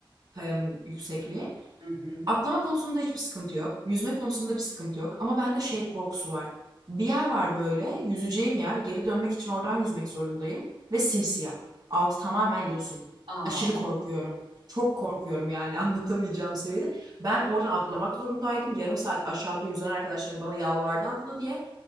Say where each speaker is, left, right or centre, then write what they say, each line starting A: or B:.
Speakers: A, on the right; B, on the right.
A: kayanın yüksekliği.
B: Hı hı.
A: Atlama konusunda hiçbir sıkıntı yok. Yüzme konusunda bir sıkıntı yok. Ama bende şey korkusu var. Bir yer var böyle, yüzeceğim yer. Geri dönmek için oradan yüzmek zorundayım. Ve simsiyah. Altı tamamen yosun.
B: Aa,
A: Aşırı korkuyorum. Çok korkuyorum yani <laughs> anlatamayacağım seviyede. Ben oradan atlamak zorundaydım. Yarım saat aşağıda yüzen arkadaşlarım bana yalvardı atla diye.